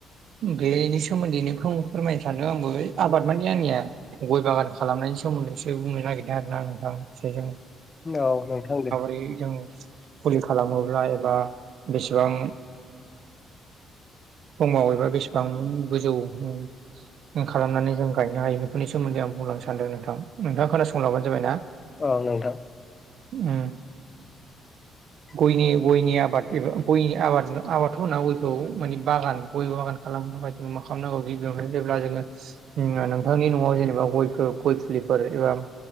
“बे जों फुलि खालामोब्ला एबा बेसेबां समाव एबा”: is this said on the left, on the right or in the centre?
Right